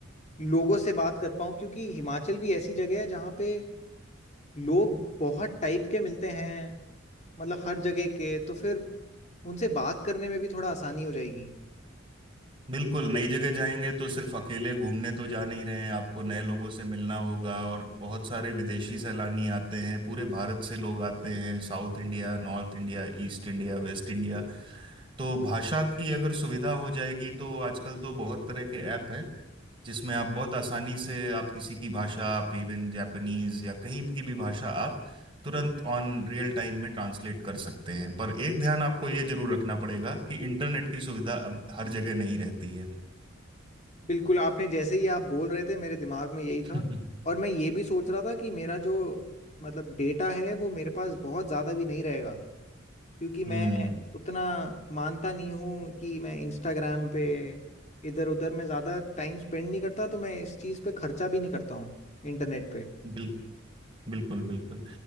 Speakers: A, on the left; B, on the right.
A: लोगों से बात कर पाऊँ क्योंकि हिमाचल भी ऐसी जगह है जहाँ पे लोग बहुत टाइप के मिलते हैं मतलब हर जगह के तो फिर उनसे बात करने में भी थोड़ा आसानी हो जाएगी
B: बिल्कुल नई जगह जाएंगे तो सिर्फ अकेले घूमने तो जा नहीं रहे हैं आपको नए लोगों से मिलना होगा और बहुत सारे विदेशी सैलानी आते हैं पूरे भारत से लोग आते हैं south India north India east India west India तो भाषा की अगर सुविधा हो जाएगी तो आजकल तो बहुत तरह के ऐप हैं जिसमें आप बहुत आसानी से आप किसी की भाषा आप इवन जापानीज या कहीं की भी भाषा आप तुरंत ऑन रियल टाइम में ट्रांसलेट कर सकते हैं पर एक ध्यान आपको ये जरूर रखना पड़ेगा कि इंटरनेट की सुविधा अब हर जगह नहीं रहती है
A: बिल्कुल आपने जैसे ही आप बोल रहे थे मेरे दिमाग में यही था
B: <laughs>
A: और मैं ये भी सोच रहा था कि मेरा जो मतलब डेटा है वो मेरे पास बहुत ज़्यादा भी नहीं रहेगा क्योंकि मैं
B: हम्म
A: उतना मानता नहीं हूँ कि मैं इंस्टाग्राम पे इधर उधर में ज़्यादा टाइम स्पेंड नहीं करता तो मैं इस चीज़ पे खर्चा भी नहीं करता हूँ इंटरनेट पे
B: बिल, बिल्कुल बिल्कुल